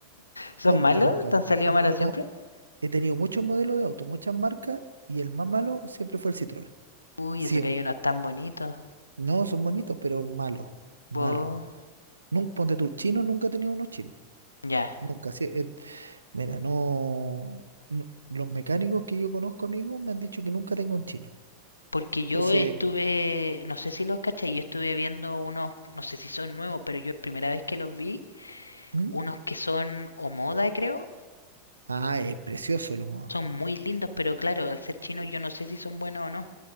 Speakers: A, on the left; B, on the right.
A: ¿Son
B: Nunca,
A: malos?
B: nunca,
A: ¿Te
B: porque
A: han salido
B: he
A: malos
B: tenido,
A: siempre?
B: he tenido muchos modelos de auto, muchas marcas, y el más malo siempre fue el Citroën.
A: Uy,
B: Siempre.
A: eso que hay unos tan bonitos.
B: No, son bonitos, pero malos. Malos.
A: Oh,
B: Nun- ponte tú, chino, nunca he tenido unos chinos.
A: Ya.
B: Nunca. sí, eh, mira, no, no- Los mecánicos que yo conozco, amigos, me han dicho que nunca tengo un chino.
A: Porque yo
B: Entonces,
A: estuve, no sé si los cachai, yo estuve viendo unos, no sé si son nuevos, pero yo es primera vez que los vi,
B: ¿Mm?
A: unos que son o creo,
B: ah, es precioso el Omoda.
A: son muy lindos, pero claro, al ser chinos
B: Eh,
A: yo no sé si son buenos o no.